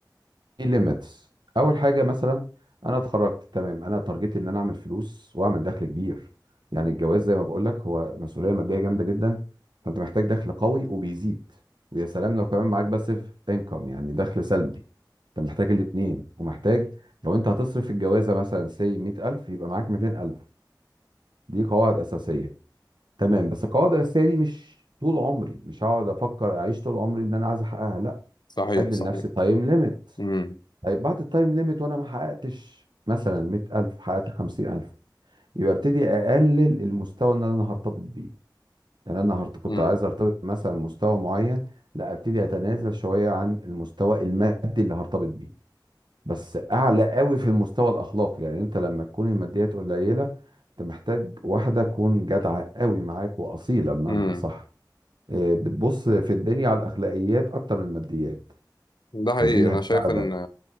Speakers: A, on the right; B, on the left.
A: ليميتس اول حاجه مثلا انا اتخرجت تمام انا تارجتي ان انا اعمل فلوس واعمل دخل كبير يعني الجواز زي ما بقول لك هو مسؤوليه ماديه جامده جدا فانت محتاج دخل قوي وبيزيد ويا سلام لو كمان معاك باسيف انكم يعني دخل سلبي انت محتاج الاثنين ومحتاج لو انت هتصرف في الجوازه مثلا سي 100000 يبقى معاك 200000 دي قواعد اساسيه تمام بس القواعد الاساسيه دي مش طول عمري مش هقعد افكر اعيش طول عمري ان انا عايز احققها لا
B: صحيح
A: هدي
B: صحيح
A: لنفسي تايم ليميت
B: امم
A: طيب بعد التايم ليميت وانا ما حققتش مثلا 100000 حققت 50000 يبقى ابتدي اقلل المستوى اللي انا هرتبط بيه يعني انا هرت... كنت
B: امم
A: عايز ارتبط مثلا بمستوى معين لا ابتدي اتنازل شويه عن المستوى المادي اللي هرتبط بيه بس اعلى قوي في المستوى الاخلاقي لان انت لما تكون الماديات قليله انت محتاج واحده تكون جدعه قوي معاك واصيله بمعنى
B: امم
A: اصح إيه، بتبص في الدنيا على الاخلاقيات اكتر من الماديات
B: ده حقيقي
A: فدي
B: أنا
A: هتساعدك
B: شايف إن